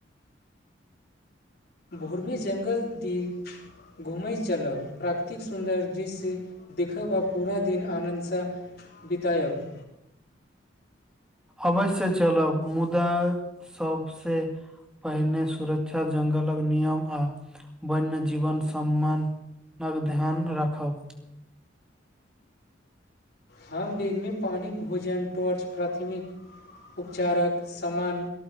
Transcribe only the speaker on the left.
भोरमे जङ्गल दीप घूमैत चलब प्राकृतिक सुन्दर बीसी देखिखब आ पूरा दिन आनन्दसँ बितायब
हम बेैगमी पानि भोजन पाॅर्च प्राथमिक उपचारक समान